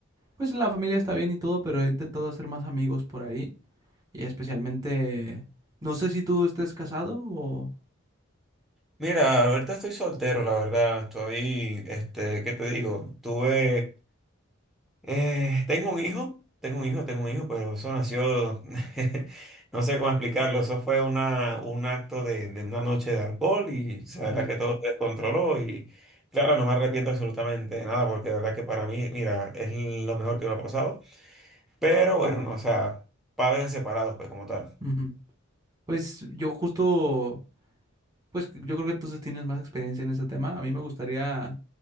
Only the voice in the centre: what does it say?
Mira, ahorita estoy soltero, la verdad. Estoy, este, ¿qué te digo? Tuve Eh, tengo un hijo, tengo un hijo, tengo un hijo, pero eso nació, <laughs> no sé cómo explicarlo, eso fue una, un acto de, de una noche de alcohol y o sea, la
verdad que todo se descontroló y claro, no me arrepiento absolutamente de nada porque la verdad que para mí, mira, es lo mejor que me ha pasado, pero bueno, no, o sea, padres separados, pues como tal.